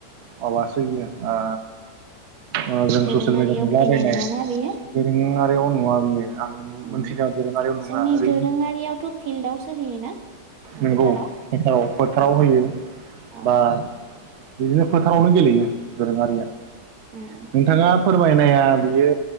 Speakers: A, on the right (about 75°); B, on the right (about 60°).
A: माबासो इयो। ओ। ओ जों
B: दोरोङारियाव
A: ससियेल मिडिया नुलाबायनाय
B: फैनाय नङाना बेयो
A: दोरोङारियाव नङा बियो। आं
B: उम
A: मोनथिदों दोरोङारियाव नङा
B: जोंनि
A: ओरैनो
B: दोरोङारियावथ' फिल्डआवसो होयोना
A: नंगौ
B: फोथाराव
A: फोथाराव फोथाराव होयो
B: औ
A: बा बिदिनो फोथारावनो गेलेयो दोरोङारिया
B: उम
A: नोंथाङा फोरमायनाया बियो